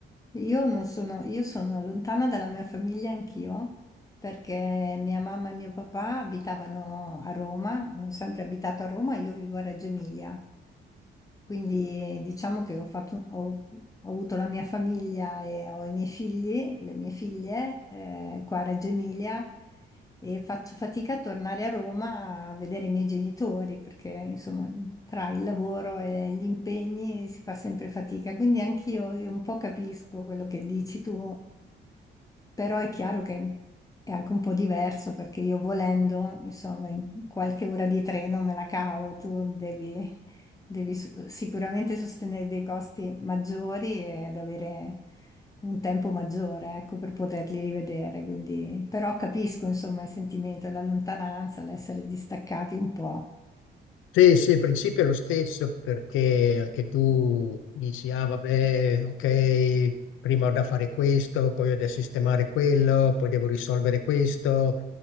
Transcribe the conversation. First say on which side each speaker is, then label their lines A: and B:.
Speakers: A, on the left; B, on the left.
A: Io non sono, io sono lontana dalla mia famiglia anch'io, perché mia mamma e mio papà abitavano a Roma, hanno sempre abitato a Roma, io vivo a Reggio Emilia. Quindi diciamo che ho fatto un- ho, ho avuto la mia famiglia e ho i miei figli, le mie figlie, eh, qua a Reggio Emilia e faccio fatica a tornare a Roma a vedere i miei genitori perché insomma tra il lavoro e gli impegni si fa sempre fatica. Quindi anch'io eh, un po' capisco quello che dici tu, però è chiaro che è anche un po' diverso perché io volendo, insomma, in qualche ora di treno me la cavo, tu devi... Devi su- sicuramente sostenere dei costi maggiori ed avere un tempo maggiore, ecco, per poterli rivedere. Quindi, però capisco, insomma, il sentimento, la lontananza, l'essere distaccati un po'.
B: Sì, sì, il principio è lo stesso perché anche tu dici, ah vabbè, ok, prima ho da fare questo, poi ho da sistemare quello, poi devo risolvere questo,